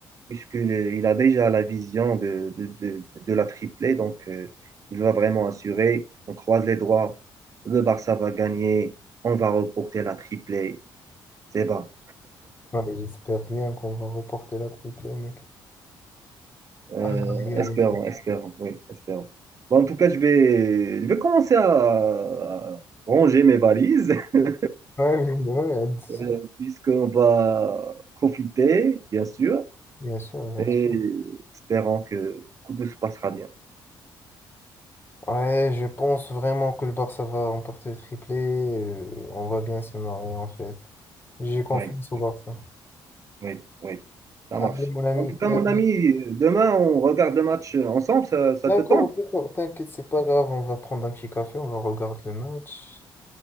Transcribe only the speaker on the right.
puisqu'il a déjà la vision de, de, de, de la triplée. Donc, euh, il va vraiment assurer. On croise les doigts. Le Barça va gagner. On va reporter la triplée. C'est bas.
Euh,
espérons, espérons. Oui, espérons. Bon, en tout cas, je vais, je vais commencer à à ranger mes valises. <laughs>
euh,
puisqu'on va profiter, bien sûr,
et
espérons que tout se passera bien.
Oui,
oui,
oui, oui, ça
marche.
En tout cas,
mon ami, demain, on regarde le match ensemble, ça, ça
te tente?